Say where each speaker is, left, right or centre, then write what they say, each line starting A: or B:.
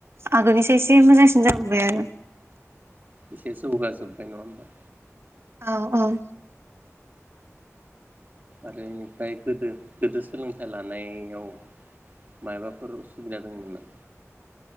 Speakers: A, on the right (about 50°); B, on the right (about 35°).
A: आगोलनिसो एसे मोजांसिन जाबोबाय आरो
B: एसेसो जौगाजोब्बाय नङा होमबा
A: औ औ
B: आरो इनिफ्राय गोदो गोदो सोलोंथाइ लानायाव माइबाफोर सुबबिदा दोंमोनना